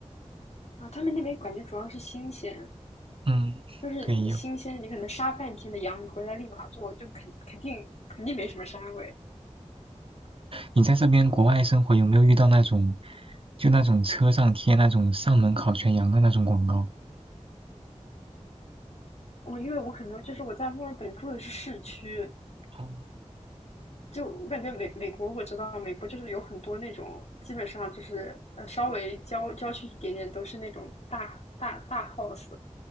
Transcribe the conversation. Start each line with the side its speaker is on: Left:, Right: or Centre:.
Left: 啊，他们那边感觉主要是新鲜，
Right: <laughs> 嗯，
Left: 就是你新鲜，
Right: 对，有。
Left: 你可能杀半天的羊，你回来立马做，就肯肯定肯定没什么膻味。
Right: 你在这边国外生活有没有遇到那种，就那种车上贴那种上门烤全羊的那种广告？
Left: 我因为我可能就是我在墨尔本住的是市区，
Right: 嗯
Left: 就我感觉美美国，我知道美国就是有很多那种，基本上就是呃稍微郊郊区一点点都是那种大大大 house，